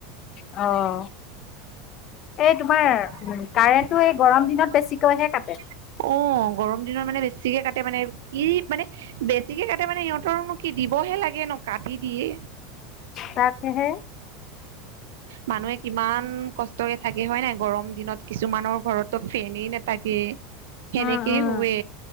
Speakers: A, on the left (about 40°); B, on the right (about 85°).
A: অ'।
B: <inaudible>
A: এই তোমাৰ কাৰেণ্টটো এই গৰম দিনত বেছিকৈহে কাটে
B: অ' অ', গৰম দিনত মানে বেছি কাট মানে কি মানে বেছিকে কাটে মানে সিহতৰনো কি দিবহে লাগে ন কাটি দিয়ে।
A: তাকহে
B: মানুহে কিমান কষ্টকে থাকে হয় নাই গৰম দিনত কিছুমানৰ ঘৰতো ফেনেই নাথাকি। সেনেকেই
A: উম উম
B: শৱে